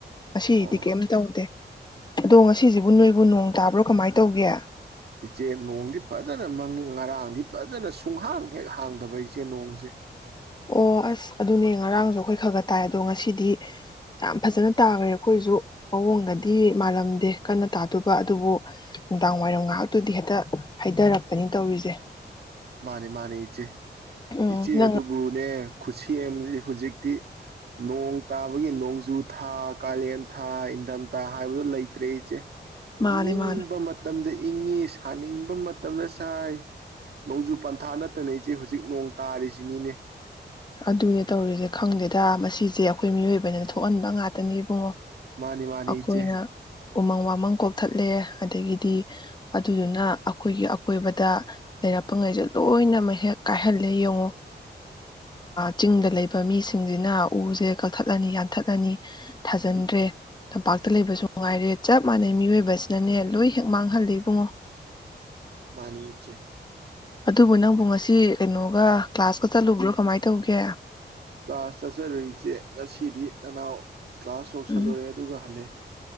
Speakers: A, on the left; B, on the right.
A: ꯉꯁꯤꯗꯤ
B: ꯑꯣ
A: ꯀꯩꯝ ꯇꯧꯗꯦ ꯑꯗꯣ ꯁꯤꯁꯤꯕꯨ ꯅꯣꯏꯕꯨ ꯅꯣꯡ ꯇꯥꯕ꯭ꯔꯣ ꯀꯃꯥꯏꯅ ꯇꯧꯒꯦ?
B: ꯏꯆꯦ ꯅꯣꯡꯗꯤ ꯐꯖꯅꯪ ꯃꯪꯉꯤ ꯉꯔꯥꯡꯗꯤ ꯐꯖꯅ ꯁꯨꯡꯍꯥꯡ ꯍꯦꯛ ꯍꯥꯡꯗꯕ ꯏꯆꯦ ꯅꯣꯡꯖꯦ꯫
A: ꯑꯣ ꯑꯁ ꯑꯗꯨꯅꯦ ꯉꯔꯥꯡꯗꯣ ꯑꯩꯈꯣꯏ ꯈꯔ ꯈ ꯇꯥꯏ ꯑꯗꯣ ꯉꯁꯤꯗꯤ ꯌꯥꯝ ꯐꯖꯅ ꯇꯥꯈ꯭ꯔꯦ ꯑꯩꯈꯣꯏꯁꯨ ꯃꯑꯣꯡꯒꯗꯤ ꯃꯥꯜꯂꯝꯗꯦ ꯀꯟꯅ ꯇꯥꯗꯨꯕ ꯑꯗꯨꯕꯨ ꯅꯨꯡꯗꯥꯡ ꯋꯥꯏꯔꯝ ꯉꯥꯏꯍꯥꯛꯇꯨꯗꯤ ꯍꯦꯛꯇ ꯍꯥꯏꯊꯔꯛꯄꯅꯤ ꯇꯧꯔꯤꯁꯦ꯫
B: ꯃꯥꯅꯦ- ꯃꯥꯅꯦ ꯏꯆꯦ,
A: ꯎꯝ
B: ꯏꯆꯦ
A: ꯅꯪ
B: ꯑꯗꯨꯕꯨꯅꯦ ꯈꯨꯁꯦꯝꯖꯦ ꯍꯧꯖꯤꯛꯇꯤ ꯅꯣꯡ ꯇꯥꯕꯒꯤ ꯅꯣꯡꯖꯨ ꯊꯥ ꯀꯥꯂꯦꯟ ꯊꯥ ꯏꯟꯊꯝꯊꯥ ꯍꯥꯏꯕꯗꯨꯣ ꯂꯩꯇ꯭ꯔꯦ ꯏꯆꯦ꯫
A: ꯃꯥꯅꯦ
B: ꯏꯪꯅꯤꯡꯕ
A: ꯃꯥꯅꯦ
B: ꯃꯇꯝꯗ ꯏꯪꯉꯤ ꯁꯥꯅꯤꯡꯕ ꯃꯇꯝꯗ ꯁꯥꯏ ꯫ ꯅꯣꯡꯖꯨ ꯄꯟꯊꯥ ꯅꯠꯇꯅ ꯏꯆꯦ ꯍꯧꯖꯤꯛ ꯅꯣꯡ ꯇꯥꯔꯤꯁꯤꯅꯤꯅꯦ꯫
A: ꯑꯗꯨꯅꯦ ꯇꯧꯔꯤꯁꯦ ꯈꯪꯗꯦꯗ ꯃꯁꯤꯁꯦ ꯑꯩꯈꯣꯏ ꯃꯤꯑꯣꯏꯕꯅꯤꯅ ꯊꯣꯛꯍꯟꯕ ꯉꯥꯛꯇꯅꯤ꯫ ꯎꯨꯡꯉꯣ
B: ꯃꯥꯅꯤ ꯃꯥꯅꯤ
A: ꯑꯩꯈꯣꯏꯅ
B: ꯏꯆꯦ
A: ꯎꯃꯪ ꯋꯥꯃꯪ ꯀꯣꯛꯊꯠ ꯂꯦ ꯑꯗꯒꯤꯗꯤ ꯑꯗꯨꯗꯨꯅ ꯑꯩꯈꯣꯏꯒꯤ ꯑꯀꯣꯏꯕꯗ ꯂꯩꯔꯛꯄ ꯉꯩꯖꯦ ꯂꯣꯏꯅꯃꯛ ꯍꯦꯛ ꯀꯥꯏꯍꯜꯂꯦ ꯌꯦꯡꯉꯨ꯫ ꯆꯤꯡꯗ ꯂꯩꯕ ꯃꯤꯁꯤꯡꯁꯤꯅ ꯎꯖꯦ ꯀꯛꯊꯠꯂꯅꯤ ꯌꯥꯟꯊꯠꯂꯅꯤ ꯊꯥꯖꯤꯟꯗ꯭ꯔꯦ ꯇꯝꯄꯥꯛꯇ ꯂꯩꯕꯁꯨ ꯅꯨꯡꯉꯥꯏꯔꯦ ꯆꯞ ꯃꯥꯟꯅꯩ ꯃꯤꯑꯣꯏꯕꯁꯤꯅꯅꯦ ꯂꯣꯏ ꯍꯦꯛ ꯃꯥꯡꯍꯜꯂꯤ ꯏꯕꯨꯡꯉꯣ꯫
B: ꯃꯥꯅꯤ ꯏꯆꯦ꯫
A: ꯑꯗꯨꯕꯨ ꯅꯪꯕꯨ ꯉꯁꯤ ꯀꯩꯅꯣꯒ ꯀ꯭ꯂꯥꯁꯀ ꯆꯠꯂꯨꯕ꯭ꯔꯣ ꯀꯃꯥꯏꯅ ꯇꯧꯒꯦ?
B: ꯀꯂ꯭ꯑꯥꯁ ꯆꯠꯆꯔꯨꯏꯁꯦ ꯉꯁꯤꯗꯤ ꯅꯅꯥꯎ ꯀ꯭ꯂꯥꯁ ꯌꯧꯁꯜꯂꯨꯔꯦ
A: ꯎꯝ
B: ꯑꯗꯨꯒ ꯍꯜꯂꯛꯑꯦ